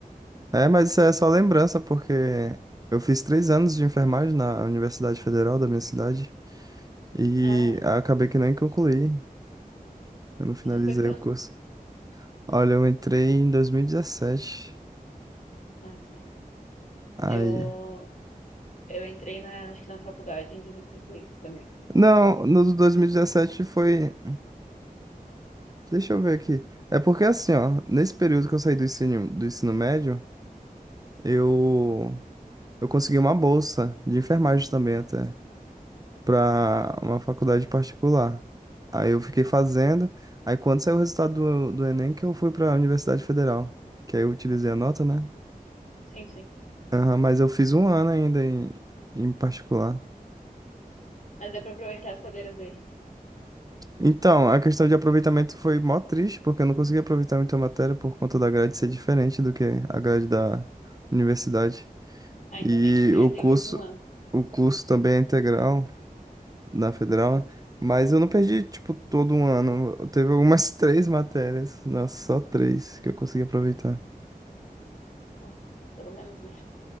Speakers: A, on the right (about 25°); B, on the left (about 55°).
A: É, mas isso é só lembrança, porque eu fiz três anos de enfermagem na Universidade Federal da minha cidade e
B: Ah,
A: acabei que nem concluí. Eu não finalizei
B: isso foi quando?
A: o curso. Olha, eu entrei em 2017.
B: Ah, sim.
A: Aí.
B: Eu, eu entrei na, acho que na faculdade em 2016 também.
A: Não, no 2017 foi. Deixa eu ver aqui. É porque assim, ó, nesse período que eu saí do ensino, do ensino médio, eu, eu consegui uma bolsa de enfermagem também até, pra uma faculdade particular. Aí eu fiquei fazendo, aí quando saiu o resultado do, do Enem, que eu fui pra Universidade Federal, que aí eu utilizei a nota, né?
B: Sim, sim.
A: Aham, mas eu fiz um ano ainda em, em particular.
B: Mas deu pra aproveitar as cadeiras daí.
A: Então, a questão de aproveitamento foi mó triste, porque eu não consegui aproveitar muito a matéria por conta da grade ser diferente do que a grade da universidade.
B: Ah, então
A: E
B: meio que perdeu
A: o curso,
B: isso um ano.
A: o curso também é integral na federal, né? mas eu não perdi, tipo, todo um ano. Teve algumas <laughs> três matérias, nossa, só três que eu consegui aproveitar.
B: Ah, pelo menos, né?